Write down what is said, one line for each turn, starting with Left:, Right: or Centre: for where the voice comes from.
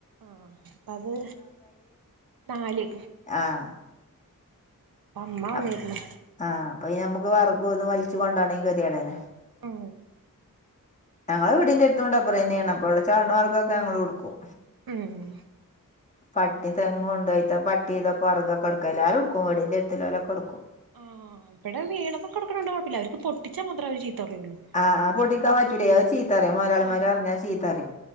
Right: ആഹ പ്പഅത് നാല്
Left: ആഹ്
Right: അമ്മ വന്നീർന്നു
Left: അപ് ആഹ് അപ്പ പിന്നെമ്മക്കും വെറക് ഇതും വൽച്ച് കൊണ്ടാണേങ്കി കെ ത്യോടന്നെ.
Right: മ്.
Left: ഞങ്ങളെ വീട്ന്റെഅട്ത്തും ടബ്ബറന്നേണ് അപ്പോള് ചാട്ണ ഭാഗ തൊക്കെ ഞങ്ങളും എട്ക്കും.
Right: മ്.
Left: പട്ടിം തെങ്ങോണ്ടായിട്ട് പട്ടിതൊക്കെ വെറകൊക്കെ എട്ക്കലാ എല്ലാരും എട്ക്കും വീടിൻ്റെ എട്ത്ത്ള്ളോലൊക്കെ എട്ക്കും.
Right: ആഹ് ഇവിടെ വീണതൊക്കെ എട്ക്ക്ന്നണ്ടാ കൊയ്പ്പല്യ അവർക്ക് പൊട്ടിച്ചാൽ മാത്രമേ അവര് ചീത്ത പറയൊള്ളൂ.
Left: ആഹ് ആ പൊട്ടിക്കാൻ പറ്റൂലേ അഹ് ചീത്തറിം മൊയ്ലാളിമാര
Right: ആ
Left: റിഞ്ഞാൽ ചീത്തറിം.